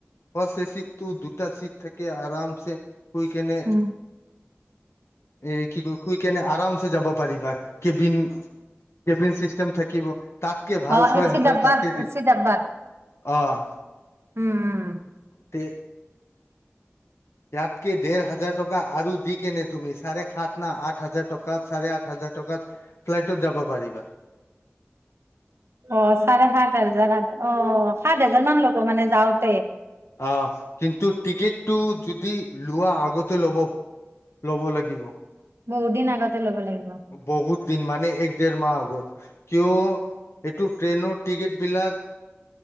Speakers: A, on the left; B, on the right.
A: বচ এচিটটো দুটা চিট থাকে। কে আৰামছে শুই কেনে,
B: উম
A: এই কি ক শুই কেনে আৰামছে যাব পাৰিবা কেবিন-কেবিন চিষ্টেম থাকিব। তাতকে ভাল
B: অ
A: ছয়
B: এচি
A: হাজাৰ
B: ডাব্বাত
A: তাতে দি,
B: এচি ডাব্বাত
A: অ'।
B: উম। উম
A: তে ইয়াতকে ডেৰ হাজাৰ টকা আৰু দি কেনে তুমি চাৰে সাঁত না আঠ হাজাৰ টকাত চাৰে আঠ হাজাৰ টকাত ফ্লাইটত যাব পাৰিবা।
B: অ'। চাৰে সাঁত হাজাৰ আঠশ অ', সাত হাজাৰ মান লব মানে যাওঁতে‌।
A: অহ কিন্তু টিকেটটো যদি লোৱা আগতে ল'ব ল'ব লাগিব।
B: বহুত দিন আগতে ল'ব লাগিব।
A: বহুত দিন মানে এক ডেৰ মাহ আগত। কিয় এইটো ট্ৰেইনৰ টিকেটবিলাক